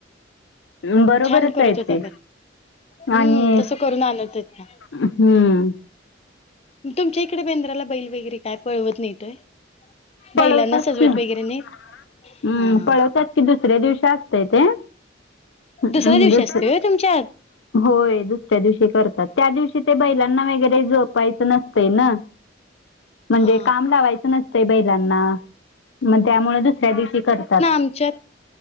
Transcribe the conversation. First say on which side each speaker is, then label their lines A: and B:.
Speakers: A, on the left (about 75°); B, on the left (about 35°).
A: बरोबरच
B: छान करत
A: आहे
B: होत्या...
A: ते
B: हम्म.....
A: आणि
B: तसं करून आणत होत्या.
A: हम्म
B: तुमच्या इकडे बेंद्राला बैल वैगैैरे काय पळवत नाहीत होय. बैलांना
A: पळवतात
B: सजवत
A: की. हम्म
B: वगैरे नाहीत हा
A: पळवतात. कि दुसऱ्या दिवशी असतय ते. दुस्या....
B: दुसऱ्या दिवशी असतोय होय तुमच्यात
A: होय दुसऱ्या दिवशी करतात त्या दिवशी ते बैलांना वगैरे जोपायचं नसतंय ना. <unintelligible> म्हणजे
B: हा
A: काम लावायचं नसतंय बैलांना... मग त्यामुळे दुसऱ्या दिवशी करतात.
B: आमच्या